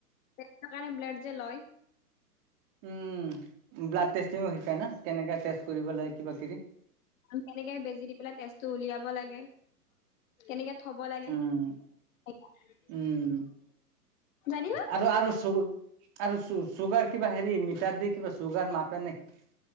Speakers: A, on the left; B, on the right.
A: টেষ্টৰ কাৰণে ব্লাড যে লয়।
B: উম, ব্লাড টেষ্টিং ও শিকাই ন'কেনেকে টেষ্ট কৰিব লাগে কিবা -কিবি?
A: কেনেকে বেজি দি পেলাই তেজটো উলিয়াব লাগে কেনেকে থ'ব লাগে
B: উম
A: সেইয়া <unintelligible>
B: উম
A: ধানিবা <unintelligible>
B: আৰু আৰু চু আৰু চু চুগাৰ কিবা হেৰি মিটাৰ দি কিবা চুগাৰ মাপে নেকি?